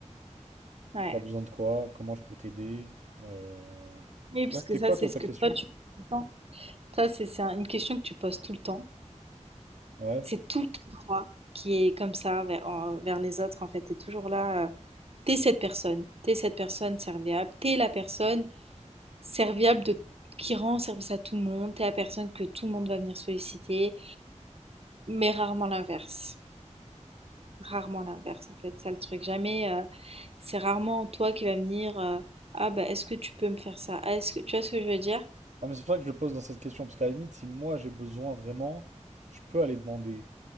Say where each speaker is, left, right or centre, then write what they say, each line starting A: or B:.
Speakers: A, on the right; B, on the right.
A: Ouais.
B: T'as besoin de quoi? Comment je peux t'aider? Euh,
A: Oui, parce
B: Là, c'était
A: que ça,
B: quoi
A: c'est
B: toi
A: ce
B: ta
A: que
B: question?
A: toi, tu poses tout le temps. Ça, c'est c'est un- une question que tu poses tout le temps.
B: Ouais.
A: C'est tout le temps toi qui est comme ça vers, en- vers les autres, en fait. T'es toujours là. euh, T'es cette personne. T'es cette personne serviable. T'es la personne serviable de... qui rend service à tout le monde. T'es la personne que tout le monde va venir solliciter, mais rarement l'inverse. Rarement l'inverse, en fait, c'est ça le truc. Jamais, euh, c'est rarement toi qui vas venir, euh, ah bah est-ce que tu peux me faire ça? Ah, est-ce que tu vois ce que je veux dire?
B: Ah, mais c'est pour ça que je le pose dans cette question parce qu'à la limite, si moi j'ai besoin vraiment, je peux aller demander.